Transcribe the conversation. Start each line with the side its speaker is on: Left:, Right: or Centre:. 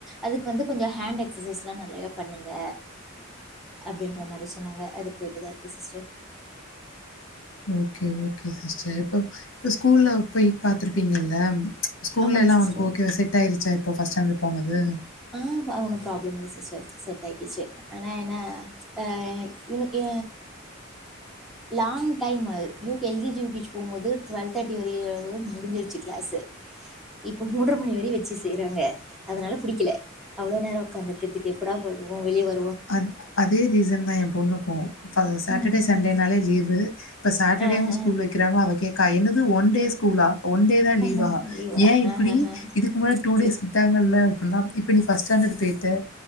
Centre: அதுக்கு வந்து கொஞ்சம் ஹேண்ட் எக்ஸசைஸ்லாம் நிறையா பண்ணுங்க அப்படின்ற மாதிரி சொன்னாங்க அது போய்டட்டு தான் இருக்குது சிஸ்டர்
Left: ஓகே ஓகே சிஸ்டர் இப்ப ஸ்கூல்ல போய் பாத்துருப்பீங்கல்ல ஸ்கூல்ல
Centre: ஆமாங்
Left: எல்லாம்
Centre: சிஸ்டர்
Left: அவனுக்கு ஓகே செட் ஆயிருச்சா இப்போ ஃபர்ஸ்ட்டாண்டில் போனது
Centre: ஆஹ் ஒம் ப்ராப்ளம் இல்ல சிஸ்டர் செட் ஆச்சு ஆனா என்ன ஆஹ இ லாங் டைம் அது எல்கேஜி யுகேஜிக்கி போகும்போது டுவெல்வ தேர்ட்டி வர முடிஞ்சிருச்சு கிளாஸ் இப்போ மூன்ற மணி வரை வச்சு செய்யறாங்க அதனால புடிக்கல அவ்வளோ நேரம் உக்காந்துக்கறக்கு எப்படா போ வருவோம் வெளியே வ
Left: அ அதே ரீசன் தான் என் பொண்ணுக்கும் இ சாட்டர்டே
Centre: ம்
Left: சண்டேனாலே
Centre: ம்
Left: லீவு இப்ப சாட்டடேவும்
Centre: ஆஹ
Left: ஸ்கூல் வெக்கிறங்கள அதை அக்கா என்னது ஒன் டே ஸ்கூலா ஒன் டே தான் லீவா
Centre: ஆஹ லீவா
Left: ஏன் இப்படி
Centre: ஆஹஹ
Left: இதுக்கு முன்னே டூ
Centre: செரி
Left: டேஸ் கொடுத்தாங்கல்ல இப்ப நீ பர்ஸ்ட் ஸ்டாண்டர்ட் போய்ட்டு